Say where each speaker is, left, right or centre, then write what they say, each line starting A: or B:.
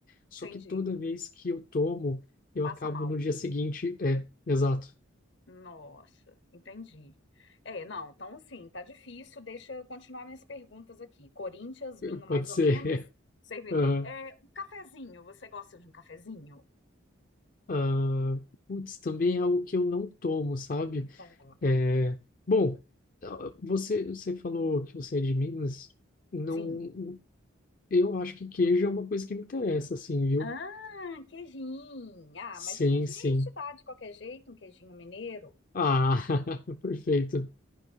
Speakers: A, on the left; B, on the left.
A: Só
B: Entendi.
A: que toda vez que eu tomo, eu
B: Passa
A: acabo
B: mal.
A: no dia seguinte. É, exato.
B: Nossa, entendi. É, não, então assim, tá difícil. Deixa eu continuar minhas perguntas aqui. Corinthians,
A: <laughs>
B: vinho
A: Pode
B: mais
A: ser.
B: ou menos.
A: <laughs>
B: Você vê.
A: Ah,
B: É, um cafezinho, você gosta de um cafezinho?
A: ah, putz, também é algo que eu não tomo, sabe?
B: Tá,
A: É, bom, ah, você, você falou que você é de Minas. Não,
B: cafezinho.
A: Eu acho que queijo é uma coisa que me interessa, assim, viu?
B: Ah, queijinho. Ah,
A: Sim,
B: mas o queijinho
A: sim.
B: a gente dá de qualquer jeito, um queijinho mineiro.
A: Ah, <laughs> perfeito.